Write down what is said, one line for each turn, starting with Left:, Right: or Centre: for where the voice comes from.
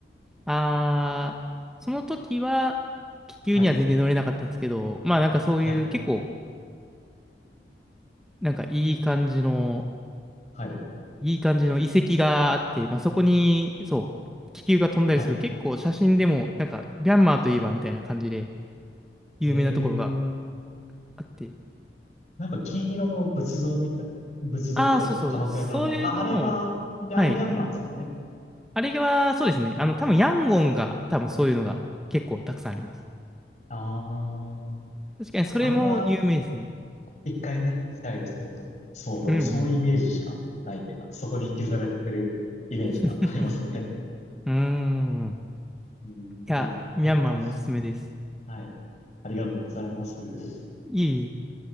Centre: あー、その時は、気球には全然乗れなかったんですけど、
Left: はい、
Centre: まあなんかそういう結構、
Left: はい、
Centre: なんかいい感じの、
Left: はい、
Centre: いい感じの遺跡があって、まあそこに、そう、気球が飛んだりする、
Left: はい。
Centre: 結構写真でも、なんか、ミャンマーといえばみたいな感じで有名なところが
Left: えー、
Centre: あって、
Left: なんか金色の仏像みたい、仏像みたいな、
Centre: ああ、そうそう。
Left: 鎌倉の、
Centre: そういうのも、
Left: あ、あれは、であれミャンマーですよね。
Centre: はい。あれは、そうですね。あの、多分ヤンゴンが、多分そういうのが結構たくさんあります。
Left: あー、
Centre: 確かに、それも有名ですね。
Left: あれは一回ね、行きたいですけど、そう、でもそういうイメージしかないっていうか、
Centre: うんうん。
Left: そこに引きずられてるイメージがありますね。
Centre: <laughs> うーん。
Left: うん、
Centre: いや、
Left: いや、
Centre: ミャンマーもおすすめです。
Left: どうかな。はい。ありがとうございます。
Centre: いえいえ。